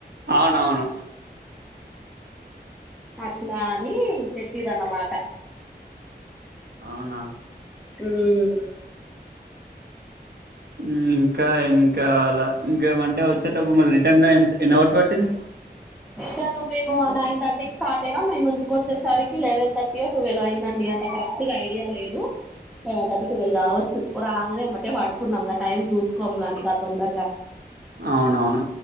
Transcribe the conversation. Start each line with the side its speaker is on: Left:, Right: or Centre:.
Right: అవునవును
Centre: అట్లా అని పెట్టిర్రన్నమాట
Right: అవునా
Centre: ఉమ్మ్మ్
Right: ఉమ్మ్ ఇంకా ఇంకా అలా ఇంకేమంటే వచేటప్పుడు మళ్ళీ రిటర్న్ టైం ఎన్ని అవర్స్ పట్టింది
Centre: తను మేము నైన్ తర్టీ కి స్టార్ అయినాం మేము ఇంటికి వచ్చే సరికి లెవన్ తర్టీయే టువల్వో అయిందండి అంత కరెక్ట్ గా ఐడియా లేదు లెవెన్ థర్టీ ట్వెల్వ్ కావచ్చు రాంగానే ఎమ్మటే పడుకున్నాం గా టైమ్ చూసుకోము గంతా తొందరగా
Right: అవునవును